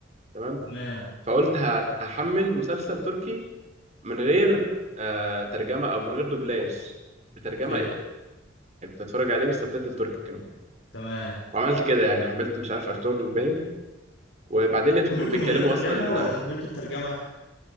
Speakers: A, on the right; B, on the left.
A: تمام
B: تمام
A: فقلت ه- هحمل مسلسل تركي من غير آه، ترجمه او من غير دوبلاج بترجمه
B: اوكي
A: يعني كنت اتفرج عليه بالسبتايتل تركي كمان
B: تمام
A: وعملت كده يعني حملت مش عارف ارطغرل الباين وبعدين لقيتهم
B: حملته
A: كانوا بيتكلموا
B: من غير ترجمة
A: اصلا
B: ولا حملته بترجمة